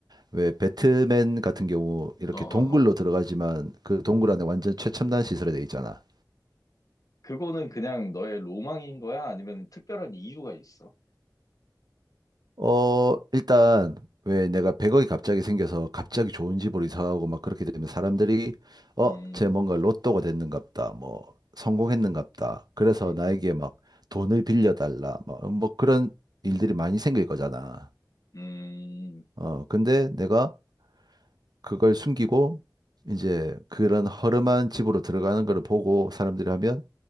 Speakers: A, on the right; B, on the left.
A: 왜 배트맨 같은 경우 이렇게
B: 어, 어,
A: 동굴로
B: 어.
A: 들어가지만 그 동굴 안에 완전 최첨단 시설이 돼 있잖아.
B: 그거는 그냥 너의 로망인 거야? 아니면 특별한 이유가 있어?
A: 어, 일단, 왜 내가 100억이 갑자기 생겨서 갑자기 좋은 집으로 이사하고 막 그렇게 되면 사람들이, 어,
B: 음,
A: 쟤 뭔가 로또가 됐는갑다. 뭐, 성공했는갑다. 그래서
B: 음,
A: 나에게 막 돈을 빌려달라. 막, 뭐 그런 일들이 많이 생길 거잖아.
B: 음.
A: 어, 근데 내가 그걸 숨기고 이제 그런 허름한 집으로 들어가는 걸 보고 사람들이 하면